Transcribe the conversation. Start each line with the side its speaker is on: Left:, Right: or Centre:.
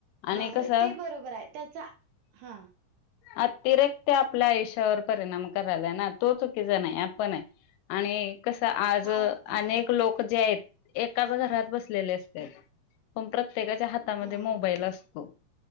Right: हा
Left: आणि
Right: होय
Left: कसं
Right: ते बरोबर आहे त्याचा हा
Left: अतिरेकत आपल्या आयुष्यावर परिणाम करायलाय ना तो चुकीचा नाही आपण आहे आणि कस आज
Right: हा
Left: अनेक
Right: हो आपण
Left: लोक जे आहेत एकाच घरात बसलेले असते पण प्रत्येकाच्या हातामध्ये
Right: हा
Left: मोबाईल
Right: हो
Left: असतो